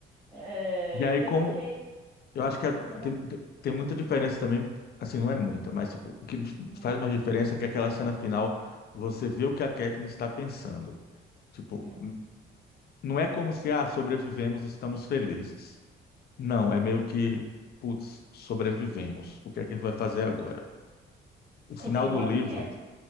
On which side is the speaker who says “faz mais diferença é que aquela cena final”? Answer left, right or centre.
Left